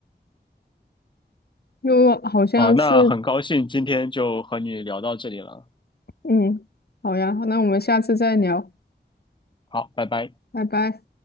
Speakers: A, on the left; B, on the left.
A: 又好像是，
B: 啊？那很高兴今天就和你聊到这里了，
A: 嗯，好呀，那我们下次再聊，
B: 好，拜拜。
A: 拜拜。